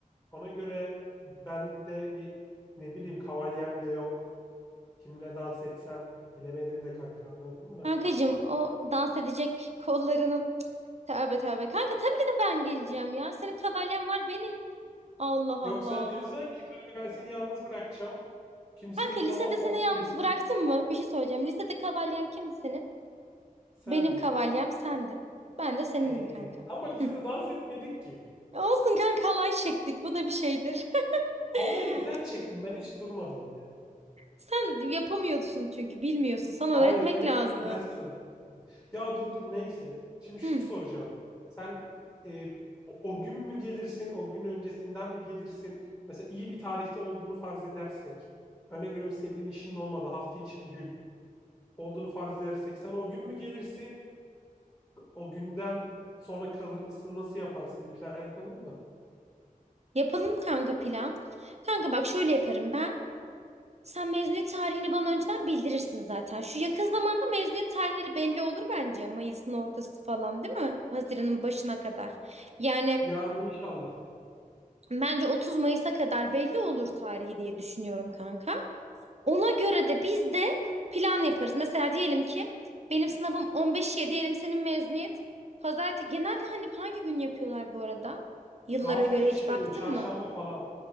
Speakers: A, on the left; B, on the right.
A: Ona göre ben de bir ne bileyim kavalyem de yok. Kimle dans etsem bilemedim de kanka anladın mı?
B: Kankacığım o dans edecek kollarının... Tövbe tövbe. Kanka tabii ki de ben geleceğim ya. Senin kavalyen var benim. Allah
A: Yok
B: Allah.
A: sen diyorsan ki kanka ben seni yalnız bırakacağım. Kimseyi
B: Kanka
A: bulamam.
B: lisede seni
A: Ben
B: yalnız
A: birisiyim.
B: bıraktım mı? Bir şey söyleyeceğim. Lisede kavalyen kimdi senin?
A: Sendin.
B: Benim kavalyem sendin. Ben de senindim
A: He
B: kanka.
A: he. Ama lisede
B: Hı.
A: dans etmedik ki.
B: E Olsun kanka alay çektik. Bu da bir şeydir.
A: Halayı
B: <laughs>
A: da sen çektin. Ben hiç durmadım bile.
B: Sen yapamıyorsun çünkü bilmiyorsun. Sana
A: Hayır
B: öğretmek
A: eve
B: lazım.
A: gittim ders çalıştım. Ya dur dur neyse. Şimdi şunu
B: Hı.
A: soracağım. Sen e, o o gün mü gelirsin? O gün öncesinden mi gelirsin? Mesela iyi bir tarihte olduğunu farz edersek. Örnek veriyorum senin işinin olmadı. Hafta içi bir gün olduğunu farz edersek. Sen o gün mü gelirsin? O günden sonra kalır mısın? Nasıl yaparsın? Bir plan yapalım mı?
B: Yapalım kanka plan. Kanka bak şöyle yaparım ben. Sen mezuniyet tarihini bana önceden bildirirsin zaten. Şu yakın zamanda mezuniyet tarihleri belli olur bence. Mayıs'ın ortası falan değil mi? Haziran'ın başına kadar. Yani
A: Yani inşallah.
B: bence 30 Mayıs'a kadar belli olur tarihi diye düşünüyorum kanka. Ona göre de biz de plan yaparız. Mesela diyelim ki benim sınavım 15'e diyelim senin mezuniyet pazartesi. Genelde hani hangi gün yapıyorlar bu arada? Yıllara
A: Hafta
B: göre
A: içi
B: hiç baktın
A: oluyor. Çarşamba
B: mı?
A: falan.